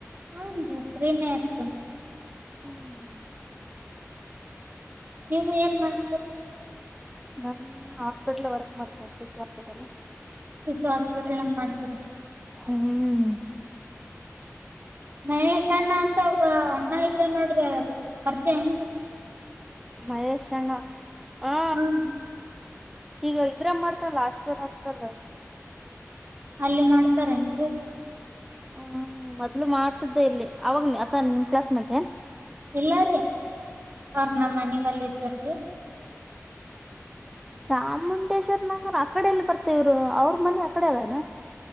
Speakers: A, on the right; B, in the centre.
A: ಹುನ್ರಿ ಫ್ರೀ ನೇ ಇರ್ತೀನಿ.
B: <inaudible>
A: ನೀವು ಏನ್ ಮಾಡ್ತೀರಿ.
B: ನಾವು ಹಾಸ್ಪಿಟಲ್ ವರ್ಕ್ ಮಾಡ್ತನಿರೀ ಶಿಶು ಹಾಸ್ಪಿಟಲ್.
A: ಶಿಶು ಹಾಸ್ಪಿಟಲ್ಂಗ್ ಮಾಡ್ತೀರಿ.
B: ಹ್ಮ್ಮ್
A: ಮಹೇಶ್ ಅಣ್ಣ ಅಂತ ಒ ಅಣ್ಣ ಇದ್ದ ನೋಡ್ರಿ ಪರಿಚಯ ಏನ್ೀ
B: ಮಹೇಶ್ ಅಣ್ಣ ಹ
A: ಹ್ಮ್
B: ಈಗ ಇದ್ರ ಮಾಡ್ತಾರಲ್ಲ ಆಶೀರ್ವಾದ ಹಾಸ್ಪಿಟಲ್
A: ಅಲ್ಲಿ ಮಾಡ್ತಾರೆ ಎಂತ ಹ
B: ಹ ಮೊದ್ಲು ಮಾಡ್ತಿದ್ದೆ ಇಲ್ಲಿ ಅವಾಗನ ಅತ ನಿಮ್ ಕ್ಲಾಸ್ ಮೇಟ್ ಏ
A: ಇಲ್ಲಾರಿೀ ಅವ್ರ ನಮ್ಮ ಮನೆ ಬಲಿ ಇದತರೀ
B: ಚಾಮುಂಡೇಶ್ವರ್ ನಗರ ಅಕಡೆ ಎಲ್ಲಿ ಬರ್ತೇವರು ಅವ್ರ ಮನಿ ಅಕಡೆ ಅದಾನ